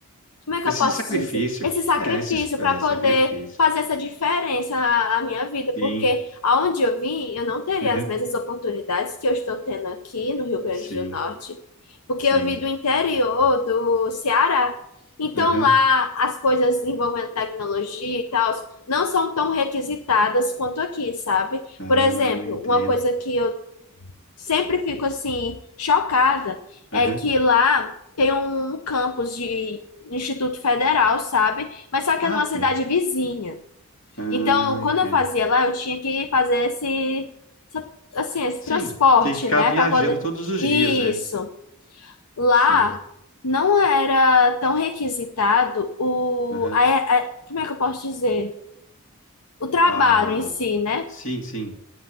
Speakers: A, on the left; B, on the left.
A: como é que
B: Esse
A: eu posso
B: sacrifício.
A: dizer? Esse sacrifício
B: É, esses é,
A: para poder
B: sacrifício.
A: fazer essa diferença na na minha vida,
B: Sim,
A: porque aonde eu vim, eu não teria
B: aham,
A: as mesmas oportunidades que eu estou tendo aqui no Rio Grande
B: Sim,
A: do Norte, porque
B: sim,
A: eu vim do interior do Ceará. Então
B: aham,
A: lá as coisas envolvendo tecnologia e tal não são tão requisitadas quanto aqui, sabe?
B: Ah,
A: Por exemplo,
B: entendo.
A: uma coisa que eu sempre fico
B: Ok.
A: assim chocada é
B: Aham,
A: que lá tem um campus de Instituto Federal, sabe? Mas só que
B: Ah,
A: é numa
B: tem.
A: cidade vizinha.
B: Ah,
A: Então, quando
B: entendo.
A: eu fazia lá, eu tinha que fazer esse essa- assim, esse
B: Sim,
A: transporte,
B: tem que ficar
A: né,
B: viajando
A: para poder
B: todos os
A: Isso.
B: dias, é.
A: Lá
B: Sim,
A: não era tão requisitado o
B: aham,
A: a, a- como é que eu posso dizer? O trabalho
B: Ah,
A: em si, né?
B: sim, sim.